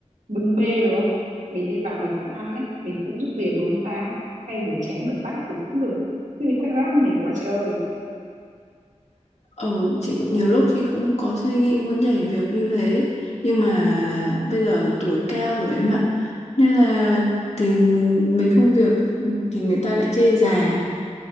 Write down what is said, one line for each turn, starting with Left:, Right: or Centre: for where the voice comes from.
Right: bưng bê đúng không mình đi vào mấy quán ăn ấy mình phụ giúp việc đúng không ta hay rửa chén rửa bát thì cũng được chứ bị quay ra mệt quá chị ơi
Left: Ừ, chị cũng nhiều lúc chị cũng có suy nghĩ muốn nhảy việc như thế nhưng mà bây giờ tuổi cao rồi em ạ nên là tìm mấy công việc thì người ta lại chê già